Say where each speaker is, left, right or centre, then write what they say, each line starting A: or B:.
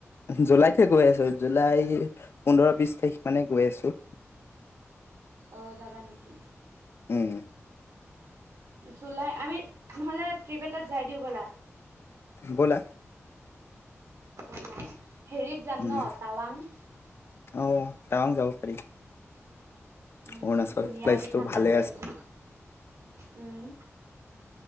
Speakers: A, on the left (about 50°); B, on the right (about 80°).
A: জুলাইতে গৈ আছোঁ, জুলাই পোন্ধৰ, বিচ তাৰিখ মানে গৈ আছোঁ।
B: অ', যাবা নিকি?
A: উম।
B: জুলাই আমি নহ'লে ট্ৰিপ এটাত যায় দিওঁ ব'লা।
A: ব'লা।
B: ব'লা হেৰিত যাম
A: উম
B: ন' টাৱাং?
A: অ', টাৱাং যাব পাৰি।
B: উম,
A: অৰুণাচল
B: ধুনীয়া
A: প্লেচটো
B: একে ঠাণ্ডা
A: ভালে
B: পৰি আছে উম।